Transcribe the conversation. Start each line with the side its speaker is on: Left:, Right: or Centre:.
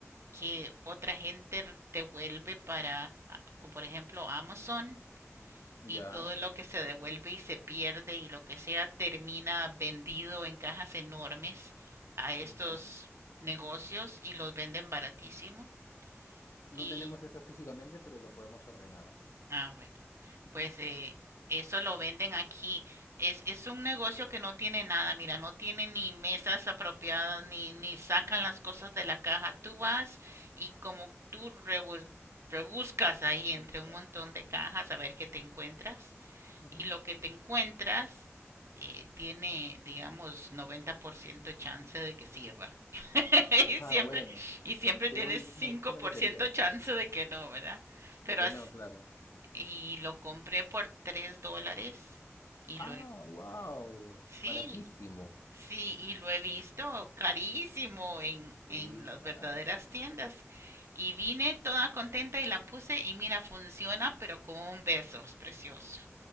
Right: que otra gente devuelve para, ah, como por ejemplo, Amazon
Left: Ya,
Right: y todo lo que se devuelve y se pierde y lo que sea termina vendido en cajas enormes a estos
Left: ya.
Right: negocios y los venden baratísimo.
Left: No
Right: Y,
Left: tenemos eso físicamente, pero lo podemos ordenar.
Right: ah, bueno.
Left: Ujú,
Right: pues eh, eso lo venden aquí. Es, es un negocio que no tiene nada, mira, no tiene ni mesas apropiadas, ni, ni sacan las cosas de la caja. Tú vas y como tú rebus- rebuscas ahí entre
Left: a buscar.
Right: un montón de cajas a ver qué te encuentras
Left: ujú.
Right: y lo que te encuentras eh, tiene, digamos, 90% chance de que sirva. <laughs> y
Left: Ah,
Right: siempre,
Left: bueno,
Right: y siempre
Left: pero
Right: tienes
Left: igual
Right: cinco
Left: es una, es una
Right: por
Left: lotería,
Right: ciento chance de que no, ¿verdad?
Left: de
Right: Pero
Left: que
Right: así,
Left: no, claro.
Right: y lo compré por tres dólares y
Left: Ah,
Right: lo he,
Left: wow,
Right: sí,
Left: baratísimo.
Right: sí, y lo he visto carísimo en,
Left: Sí,
Right: en las
Left: claro.
Right: verdaderas tiendas. Y vine toda contenta y la puse y mira, funciona, pero con un beso, es precioso.